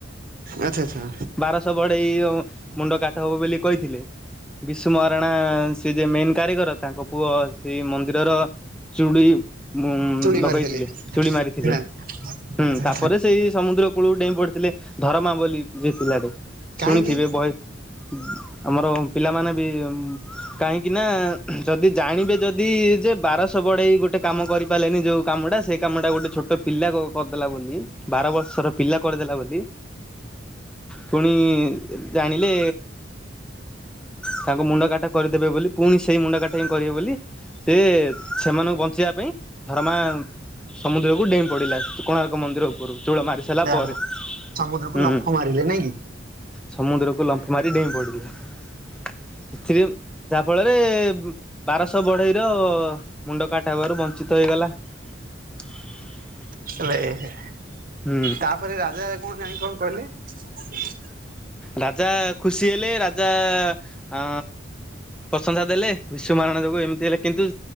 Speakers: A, on the right; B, in the centre.
A: ଆଚ୍ଛା ଆଚ୍ଛା।
B: ବାରଶହ ବଢ଼େଇ ମୁଣ୍ଡ କାଟ ହବ ବୋଲି କହିଥିଲେ। ବିଶୁ ମହାରଣା ସେ ଯେ ମେନ କାରିଗର। ତାଙ୍କ ପୁଅ ସେହି ମନ୍ଦିରର ଚୁଡ଼ି ଉ
A: ଚୁଳି
B: ଲଗେଇଥିଲେ
A: ମାରିଥିଲେ
B: ଚୁଡ଼ି ମାରିଥିଲେ
A: ହଁ ଆଚ୍ଛା
B: ହୁଁ
A: ଆଚ୍ଛା।
B: ତାପରେ ସେଇ ସମୁଦ୍ର କୂଳକୁ ଡେଇଁ ପଡି ଥିଲେ ଧରମା ବୋଲି ଜିତିଥିଲାଟେ
A: କାହିଁକି
B: ଶୁଣିଥିବେ ବହି <unintelligible> ଆମର ପିଲାମାନେ ବି କାହିଁକି ନା, ଯଦି ଜାଣିବେ ଯଦି ଯେ ବାରଶହ ବଢ଼େଇ ଗୋଟେ କାମ କରିପାରିଲେନି ଯେଉଁ କାମଟା ସେ କାମଟା ଗୋଟେ ଛୋଟ ପିଲା ଲା ବୋଲି ବାର ବର୍ଷର ପିଲା କରିଦେଲା ବୋଲି ପୁଣି ଜାଣିଲେ ତାଙ୍କ ମୁଣ୍ଡ କାଟା କରିଦେବେ ବୋଲି ପୁଣି ସେଇ ମୁଣ୍ଡ କାଟା ହିଁ କରିବେ ବୋଲି ସେ ସେମାନଙ୍କୁ ବଞ୍ଚେଇବା ପାଇଁ ଧରମା ସମୁଦ୍ରକୁ ଡେଇଁ ପଡିଲା। କୋଣାର୍କ ମନ୍ଦିର ଉପରୁ ଚୋଳ ମାରି ସାରିଲା
A: ଆ
B: ପରେ
A: ସମୁଦ୍ରକୁ
B: ହୁଁ
A: ଲମ୍ଫ ମାରିଲେ ନାଇଁ କି
B: ସମୁଦ୍ରକୁ ଲମ୍ଫ ମାରି ଡେଇଁ ପଡିଲା। <inaudible> ସେଥିରେ ଯାହାଫଳରେ ବାରଶହ ବଢ଼େଇର ମୁଣ୍ଡ କାଟ ହେବାରୁ ବଞ୍ଚିତ ହେଇଗଲା। <inaudible>
A: ହେଲେ
B: ହୁଁ।
A: ତାପରେ ରାଜା କଣ ଜାଣି, କଣ କହିଲେ
B: ରାଜା ଖୁସି ହେଲେ ରାଜା ଅ ପ୍ରଶଂସା ଦେଲେ ବିଶୁ ମହାରଣା ଯୋଗୁ ଏମିତି ହେଲେ କିନ୍ତୁ